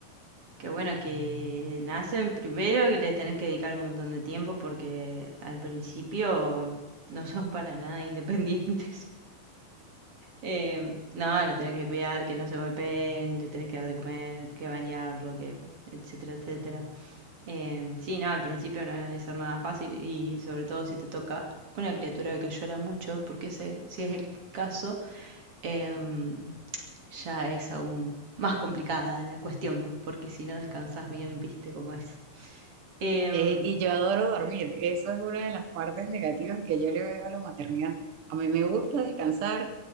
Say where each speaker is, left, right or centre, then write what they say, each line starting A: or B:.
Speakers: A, on the right; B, on the right.
A: Que bueno, que nacen primero que les tenés que dedicar un montón de tiempo porque al principio no son para nada independientes. <laughs> Eh, no, los tenés que cuidar, que no se golpeen, les tenés que dar de comer, que bañarlo, que etcétera, etcétera. Eh, sí, no, al principio no debe ser nada fácil y sobre todo si te toca una criatura que llora mucho, porque ese, si es el caso, em, ya es aún más complicada la cuestión, porque si no descansas bien, viste cómo es. Em,
B: Eh, y yo adoro dormir. Eso es una de las partes negativas que yo le veo a la maternidad. A mí me gusta descansar